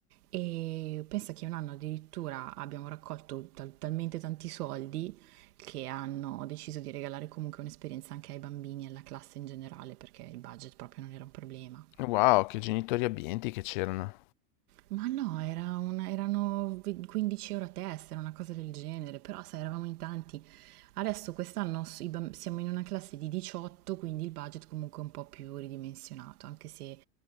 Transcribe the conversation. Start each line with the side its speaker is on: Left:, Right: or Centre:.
Right: e pensa che un anno addirittura abbiamo raccolto tal- talmente tanti soldi che hanno deciso di regalare comunque un'esperienza anche ai bambini e alla classe in generale perché il budget proprio non era un problema.
Left: Wow, che genitori abbienti che c'erano.
Right: Ma no, era una- erano vi- 15 euro a testa, era una cosa del genere, però sai, eravamo in tanti. Adesso quest'anno s- i bam- siamo in una classe di 18, quindi il budget comunque è un po' più ridimensionato, anche se